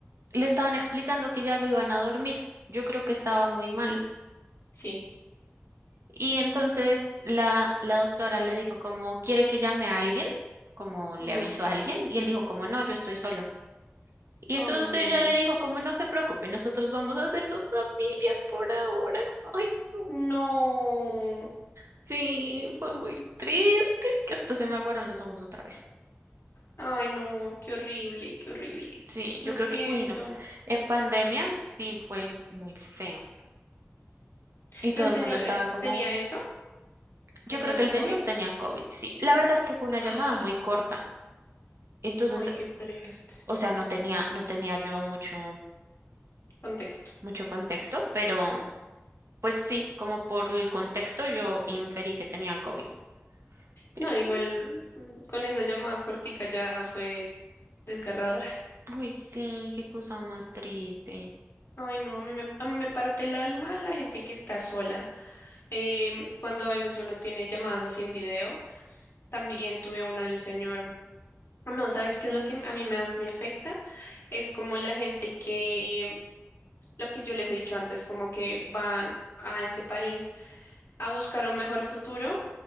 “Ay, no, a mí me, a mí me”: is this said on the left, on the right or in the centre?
Left